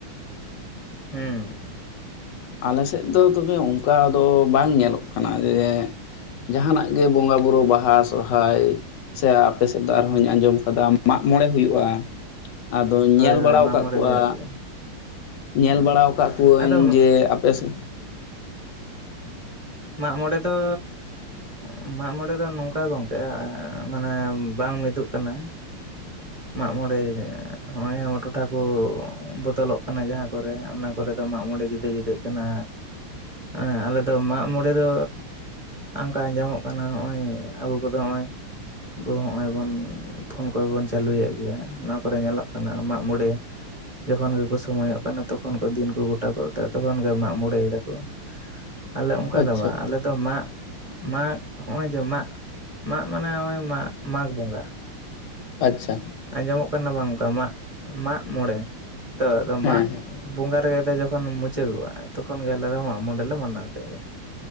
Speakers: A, on the right; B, on the left.
A: ᱦᱮᱸ᱾
B: ᱟᱞᱮ ᱥᱮᱫ ᱫᱚ ᱛᱚᱵᱮ ᱚᱱᱠᱟ ᱫᱚ ᱵᱟᱝ ᱧᱮᱞᱚᱜ ᱠᱟᱱᱟ᱾ ᱡᱮ ᱡᱟᱦᱟᱱᱟᱜ ᱜᱮ ᱵᱚᱸᱜᱟ ᱵᱩᱨᱩ ᱵᱟᱦᱟ ᱥᱚᱨᱦᱟᱭ ᱥᱮ ᱟᱯᱮ ᱥᱮᱫ ᱫᱚ ᱟᱨᱦᱚᱧ
A: ᱦᱩᱸ
B: ᱟᱸᱡᱚᱢ ᱠᱟᱫᱟ ᱢᱟᱜ ᱢᱚᱬᱮ ᱦᱩᱭᱩᱜᱼᱟ᱾ ᱟᱫᱚᱧ
A: ᱦᱳᱭ
B: ᱧᱮᱞ
A: ᱦᱳᱭ
B: ᱵᱟᱲᱟ
A: ᱢᱟᱜ
B: ᱠᱟᱜ
A: ᱢᱚᱬᱮ
B: ᱠᱚᱣᱟ,
A: ᱦᱩᱭᱩᱜ ᱜᱮᱭᱟ
B: ᱧᱮᱞ
A: ᱦᱮᱸ
B: ᱵᱟᱲᱟ ᱠᱟᱜ ᱠᱩᱣᱟᱹᱧ
A: ᱟᱫᱚ
B: ᱡᱮ ᱟᱯᱮ ᱥᱮ᱾ <inaudible>
A: ᱢᱟᱜ ᱢᱚᱲᱮ ᱫᱚ ᱮᱸ ᱢᱟᱜ ᱢᱚᱬᱮ ᱫᱚ ᱱᱚᱝᱠᱟ ᱜᱚᱝᱠᱮ, ᱮᱸ ᱢᱟᱱᱮ ᱵᱟᱝ ᱢᱤᱫᱚᱜ ᱠᱟᱱᱟ᱾
B: <inaudible>
A: ᱢᱟᱜ ᱢᱚᱬᱮ ᱦᱚᱸᱜᱼᱚᱭ ᱡᱟᱦᱟ ᱴᱚᱴᱷᱟ ᱠᱚ ᱵᱚᱫᱚᱞᱚᱜ ᱠᱟᱱᱟ ᱡᱟᱦᱟᱸ ᱠᱚᱨᱮ ᱚᱱᱟ ᱠᱚᱨᱮ ᱫᱚ ᱢᱟᱜ ᱢᱚᱬᱮ ᱡᱩᱫᱟᱹ ᱡᱩᱫᱟᱹᱜ ᱠᱟᱱᱟ᱾ ᱦᱮᱸ ᱟᱞᱮ ᱫᱚ ᱢᱟᱜ ᱢᱚᱬᱮ ᱫᱚ ᱚᱱᱠᱟ ᱟᱸᱡᱚᱢᱚᱜ ᱠᱟᱱᱟ ᱦᱚᱸᱜᱼᱚᱭ ᱟᱵᱚ ᱠᱚᱫᱚ ᱦᱚᱸᱜᱼᱚᱭ ᱟᱵᱚ ᱦᱚᱸᱜ-ᱚᱭ ᱵᱚᱱ ᱯᱷᱳᱱ ᱠᱚᱨᱮ ᱵᱚᱱ ᱪᱟᱹᱞᱩᱭᱮᱜ ᱜᱮᱭᱟ, ᱱᱚᱣᱟ ᱠᱚᱨᱮ ᱧᱮᱞᱚᱜ ᱠᱟᱱᱟ ᱢᱟᱜ ᱢᱚᱬᱮ ᱡᱚᱠᱷᱚᱱ ᱜᱮᱠᱚ ᱥᱚᱢᱚᱭᱚᱜ ᱠᱟᱱᱟ ᱛᱚᱠᱷᱚᱱ ᱠᱚ ᱫᱤᱱ ᱠᱚ ᱜᱚᱴᱟ ᱜᱚᱫ ᱫᱟ ᱛᱚᱠᱷᱚᱱ ᱜᱮ ᱢᱟᱜ ᱢᱚᱬᱮᱭ ᱫᱟᱠᱚ᱾ ᱟᱞᱮ ᱚᱱᱠᱟ
B: ᱟᱪᱪᱷᱟ
A: ᱫᱚ ᱵᱟᱝ ᱟᱞᱮ ᱫᱚ ᱢᱟᱜ ᱢᱟᱜ ᱦᱚᱜᱼᱚᱭ ᱡᱮ ᱢᱟᱜ ᱢᱟᱜ ᱢᱟᱱᱮ ᱦᱚᱸᱜᱼᱚᱭ ᱢᱟ ᱢᱟᱜᱽ ᱵᱚᱸᱜᱟ᱾
B: ᱟᱪᱪᱷᱟ᱾
A: ᱟᱸᱡᱚᱢᱚᱜ ᱠᱟᱱᱟ ᱵᱟᱝ ᱚᱱᱠᱟ ᱢᱟᱜ ᱢᱟᱜ ᱢᱚᱬᱮ ᱦᱤᱛᱚᱜ ᱫᱚ
B: ᱦᱮᱸ
A: ᱢᱟᱜ
B: ᱦᱮᱸ
A: ᱵᱚᱸᱜᱟ ᱨᱮ ᱟᱫᱚ ᱡᱚᱠᱷᱚᱱ ᱢᱩᱪᱟᱹᱫᱚᱜᱼᱟ ᱛᱚᱠᱷᱚᱱ ᱜᱮ ᱟᱞᱮ ᱫᱚ ᱢᱟᱜ ᱢᱚᱬᱮ ᱞᱮ ᱢᱟᱱᱟᱣ ᱠᱮᱜ ᱜᱮ᱾